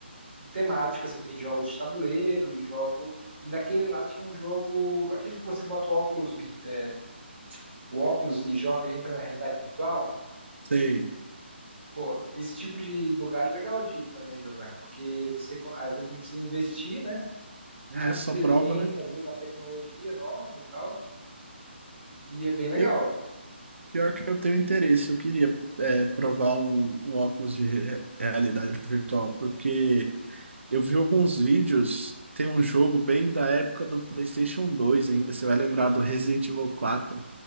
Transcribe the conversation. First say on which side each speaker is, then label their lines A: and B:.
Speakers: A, on the right (about 65°); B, on the right (about 85°).
A: temático, assim, tem jogos de tabuleiro e jogo. E naquele lá tinha um jogo. Aquele que você bota o óculos, é, o óculos e joga e entra na realidade virtual.
B: Sei.
A: Pô, esse tipo de lugar é legal de ir também, Giovanni, porque você co- às vezes não precisa investir, né?
B: É
A: Ah, Experimenta
B: só prova, né?
A: ali uma tecnologia nova e tal. E é bem legal.
B: Eu, Pior que eu tenho interesse, eu queria é, provar um, um óculos de re- realidade virtual, porque eu vi alguns vídeos, tem um jogo bem da época do PlayStation 2 ainda, você vai lembrar do Resident Evil 4,